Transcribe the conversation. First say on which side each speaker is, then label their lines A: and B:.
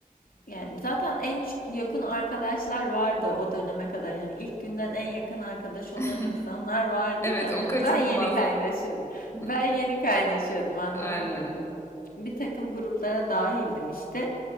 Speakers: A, on the left; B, on the left.
A: Yani zaten en ç- yakın arkadaşlar vardı o döneme kadar. Hani ilk günden en yakın arkadaş olan
B: <laughs>
A: insanlar vardı
B: Evet,
A: da
B: o
A: hani
B: kaçınılmaz.
A: ben yeni kaynaşıyordum.
B: <laughs>
A: Ben yeni kaynaşıyordum anladın
B: Aynen.
A: mı? Bir takım gruplara dahildim işte.